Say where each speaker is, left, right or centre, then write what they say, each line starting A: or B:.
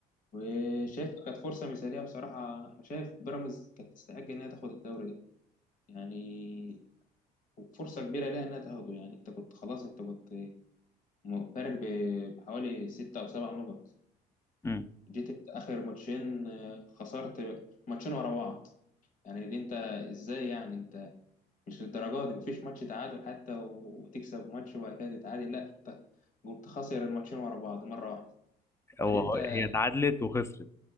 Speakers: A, on the left; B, on the left.
A: وشايف كانت فرصة مثالية بصراحة أنا شايف بيراميدز كانت تستحق إنها تاخد الدوري ده يعني فرصة كبيرة ليها إنها تاخده يعني أنت كنت خلاص أنت كنت م- فارق ب- بحوالي ستة أو سبع نقط
B: امم
A: جيت أنت آخر ماتشين آه، خسرت ماتشين ورا بعض يعني دي أنت إزاي يعني أنت مش للدرجة دي مفيش ماتش تعادل حتى و- وتكسب ماتش وبعد كده تتعادل لا أنت قمت خاسر الماتشين ورا بعض مرة واحدة
B: هو
A: فدي أنت
B: هو- هي اتعادلت وخسرت